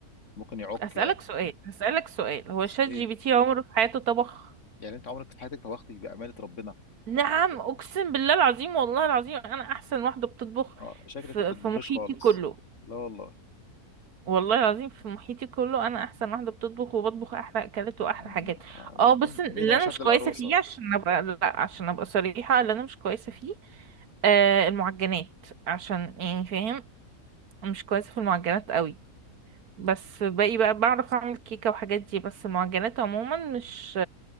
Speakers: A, on the left; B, on the right.
A: ممكن يعك
B: هسألك
A: يعني
B: سؤال هسألك سؤال هو
A: صحيح
B: شات جي بي تي عمره في حياته طبخ
A: يعني انت عمرك في حياتك طبختي بامانه ربنا
B: نعم أقسم بالله العظيم والله العظيم أنا أحسن واحدة بتطبخ
A: اه شكلك
B: في
A: ما بتطبخيش
B: في محيطي
A: خالص
B: كله
A: لا والله
B: والله العظيم في محيطي كله أنا أحسن واحدة بتطبخ وبطبخ أحلى أكلات وأحلى
A: آه،
B: حاجات
A: آه،
B: اه بس
A: مين
B: اللي
A: مين هيشهد
B: أنا مش كويسة
A: للعروسه
B: فيه عشان أبقى لا عشان أبقى صريحة اللي أنا مش كويسة فيه آه المعجنات عشان يعني فاهم مش كويسة في المعجنات قوي. بس باقي بقى بعرف اعمل كيكة وحاجات دي بس المعجنات عموما مش